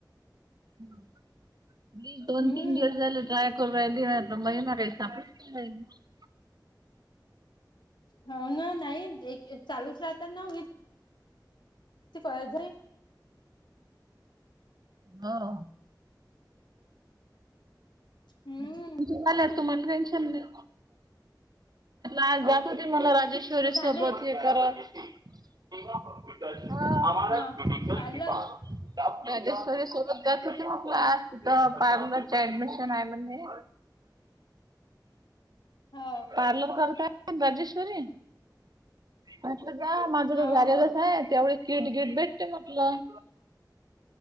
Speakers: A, on the right; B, on the left.
A: मी दोन
B: हम्म
A: तीन दिवस झाले ट्रा करून राहीली <unintelligible>
B: हो ना नाही एक एक चालूच राहता ना. ति <unintelligible> जरी
A: घरो
B: हम्म
A: त तुमला टेन्शन नाही. आज जात होते. मला किशोरी
B: ते झाले
A: सोबत हे करा. हा आ आमारा
B: हा
A: क्रिटिकल
B: पार्लर
A: कि बा राजेश्वरी सोबत जात होते कुठे पार्लरचा ऍडमिशन आहे म्हणे
B: हो
A: पार्लर करताय? कोण राजेश्वरी म्हटलं जा. माझं
B: हो
A: तर झालेलंच
B: हो
A: आहे त्यावेळी. किट गिट भेटतं म्हटलं.